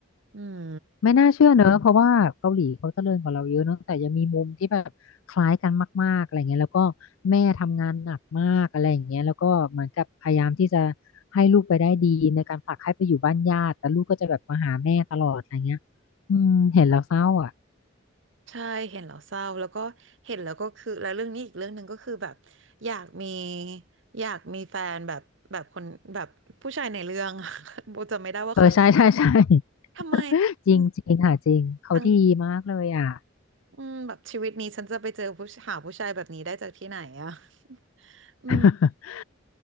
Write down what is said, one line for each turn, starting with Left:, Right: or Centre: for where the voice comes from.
Right: อืม
Left: ไม่น่าเชื่อเนอะเพราะว่าเกาหลีเขาเจริญกว่าเราเยอะเนอะแต่ยังมีมุมที่แบบคล้ายกันมากๆอะไรเงี้ยแล้วก็แม่ทำงานหนักมากอะไรอย่างเงี้ยแล้วก็เหมือนกับพยายามที่จะให้ลูกไปได้ดีในการผลักให้ไปอยู่บ้านญาติแต่ลูกก็จะแบบมาหาแม่ตลอดอะไรเงี้ยอืมเห็นแล้วเศร้าอ่ะ
Right: ใช่เห็นแล้วเศร้าแล้วก็เห็นแล้วก็คือแล้วเรื่องนี้อีกเรื่องหนึ่งก็คือแบบอยากมีอยากมีแฟนแบบแบบคนแบบผู้ชายในเรื่อง <laughs> โบจำไม่ได้ว่าเขาชื่อ
Left: เออใช่ใช่ใช่
Right: ทำไม
Left: <laughs> จริงจริงค่ะจริงเขาดีมากเลยอ่ะ
Right: ทั้งอืมแบบชีวิตนี้ฉันจะไปเจอผู้หาผู้ชายแบบนี้ได้จากที่ไหนอะ <laughs> อืม
Left: <laughs>